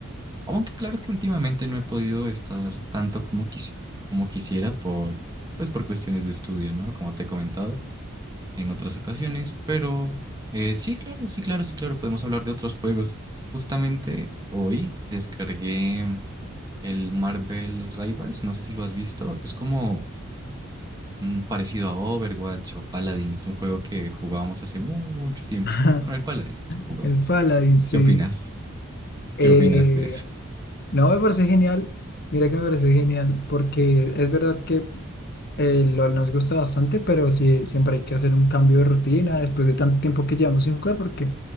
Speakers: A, on the right; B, on the left.
A: Aunque claro que últimamente no he podido estar tanto como, quisi- como quisiera por, pues por cuestiones de estudio, ¿no? Como te he comentado en otras ocasiones, pero eh, sí, claro, sí, claro, sí, claro, podemos hablar de otros juegos. Justamente hoy descargué el Marvel's Rivals, no sé si lo has visto, es como mm, parecido a Overwatch o Paladins, un juego que jugábamos hace mucho tiempo.
B: <laughs>
A: Bueno, el Paladins lo jugamos.
B: el Paladin, sí.
A: ¿Qué opinas?
B: Eh,
A: ¿Qué opinas de eso?
B: no, me parece genial. Mira que me parece genial, porque es verdad que El LOL nos gusta bastante, pero sí, siempre hay que hacer un cambio de rutina después de tanto tiempo que llevamos sin jugar porque